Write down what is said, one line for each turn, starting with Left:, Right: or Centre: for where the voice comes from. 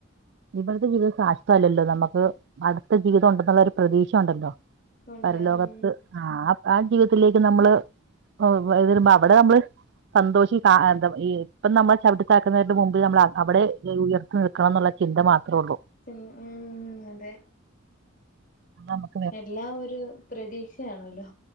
Right: ഇവിടുത്തെ ജീവിത സാശ്വല്ലല്ലോ നമുക്ക് അടുത്ത ജീവിതം ഉണ്ടെന്നുള്ള ഒരു പ്രതീക്ഷ ഉണ്ടല്ലോ
Left: ഉണ്ട്
Right: പരലോകത്ത്
Left: ഉം
Right: ആ ആ ജീവിതത്തിലേക്ക് നമ്മള് ഓ ഇത് തരുമ്പോ അവിടെ നമ്മള് സന്തോഷി കാ ഏ ന്താ ഇ ഇപ്പം നമ്മൾ ചവിട്ടി താഴ്ത്തുന്നവരുടെ മുമ്പിൽ നമ്മൾ അ അവെടെ ഉയർത്തി നിൽ ക്കണം എന്നുള്ള ചിന്ത മാത്രേ ഒള്ളൂ
Left: പിന്നെ ഉം അതെ
Right: ആതാണ്
Left: എല്ലാം ഒരു പ്രതീക്ഷയാണല്ലോ